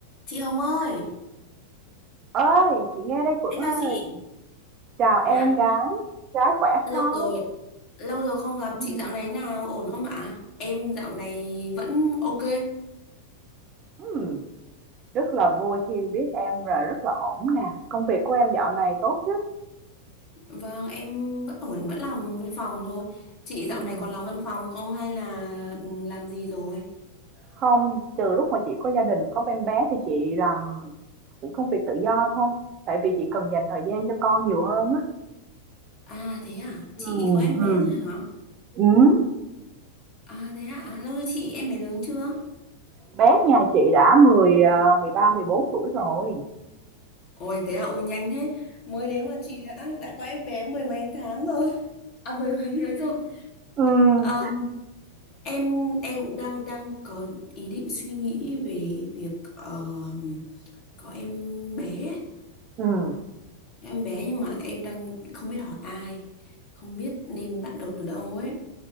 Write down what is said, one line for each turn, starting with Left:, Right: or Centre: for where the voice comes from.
Left: Chị Hồng ơi,
Right: ơi chị nghe đây Phượng
Left: Em
Right: ơi
Left: chào chị.
Right: chào
Left: dạ,
Right: em gái gái khỏe
Left: lâu
Right: không
Left: rồi, lâu rồi không gặp
Right: <laughs>
Left: chị dạo này nào ổn không ạ? Em dạo này vẫn ok,
Right: Ừm, rất là vui khi biết em rồi rất là ổn nè công việc của em dạo này tốt chứ
Left: vâng em vẫn ổn, vẫn làm văn phòng thôi. Chị dạo
Right: Ừm,
Left: này còn làm văn phòng không hay là làm gì rồi?
Right: không từ lúc mà chị có gia đình có em bé thì chị làm công việc tự do thôi tại vì chị cần dành thời gian cho con nhiều hơn á
Left: À thế à, chị
Right: Ừm,
Left: có em bé
Right: ừm,
Left: rồi hả?
Right: ừm.
Left: À thế à, à lâu rồi chị em bé lớn chưa?
Right: bé nhà chị đã mười à, 13 14 tuổi rồi
Left: Ôi thế à, ôi nhanh thế. Mới đấy mà chị đã đã có em bé mười mấy tháng rồi. À mười mấy đấy rồi.
Right: Ừm,
Left: Ờ, em em cũng đang đang có ý định suy nghĩ về việc ờ, có em bé ấy.
Right: ừm.
Left: em bé nhưng mà em đang không biết hỏi ai không biết nên bắt đầu từ đâu ấy